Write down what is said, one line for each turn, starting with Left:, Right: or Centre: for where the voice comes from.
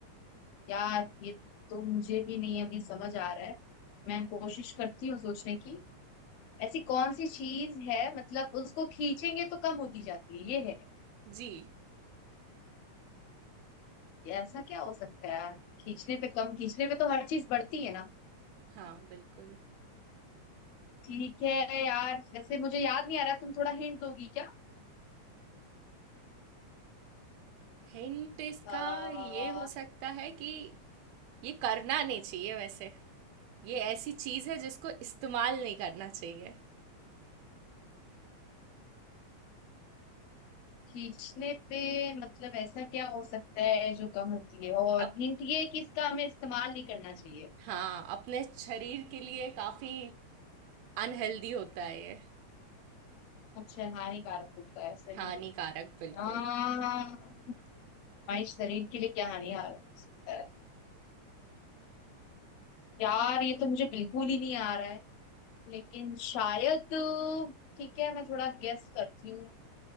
Left: यार ये तो मुझे भी नहीं अभी समझ आ रहा है मैं कोशिश करती हूँ सोचने की ऐसी कौन सी चीज है मतलब उसको खींचेंगे तो कम होती जाती है ये है
Right: जी
Left: ऐसा क्या हो सकता है यार खींचने पे कम खींचने पे तो हर चीज बढ़ती है ना
Right: हाँ बिल्कुल
Left: ठीक है यार वैसे मुझे याद नहीं आ रहा तुम थोड़ा हिंट दोगी क्या
Right: हिंट इसका
Left: आ,
Right: ये हो सकता है कि ये करना नहीं चाहिए वैसे ये ऐसी चीज है जिसको इस्तेमाल नहीं करना चाहिए
Left: खींचने पे मतलब ऐसा क्या हो सकता है जो कम होती है और
Right: अप,
Left: हिंट ये है कि इसका हमें इस्तेमाल नहीं करना चाहिए
Right: हाँ अपने शरीर के लिए काफी अनहेल्दी होता है ये
Left: अच्छा हानिकारक होता है शरीर
Right: हानिकारक
Left: को।
Right: बिल्कुल
Left: आ, हमारे शरीर के लिए क्या हानिकारक हो सकता है यार ये तो मुझे बिल्कुल ही नहीं आ रहा है लेकिन शायद ठीक है मैं थोड़ा गेस करती हूँ